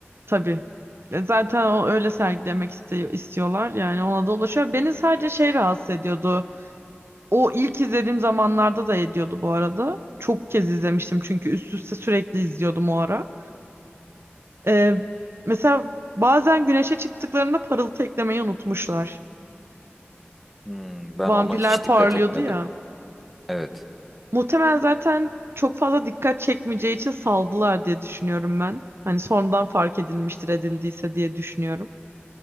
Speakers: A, on the right (about 70°); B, in the centre.
A: Tabii. E, Zaten o öyle sergilemek istiyor, istiyorlar. Yani ona da ulaşıyor. Beni sadece şey rahatsız ediyordu. O ilk izlediğim zamanlarda da ediyordu bu arada. Çok kez izlemiştim çünkü üst üste sürekli izliyordum o ara. E, mesela bazen güneşe çıktıklarında parıltı eklemeyi unutmuşlar.
B: Hmm, ben
A: Vampirler
B: ona hiç
A: parlıyordu
B: dikkat etmedim.
A: ya.
B: Evet.
A: Muhtemelen zaten çok fazla dikkat çekmeyeceği için saldılar diye düşünüyorum ben. Hani sonradan fark edilmiştir edildiyse diye düşünüyorum.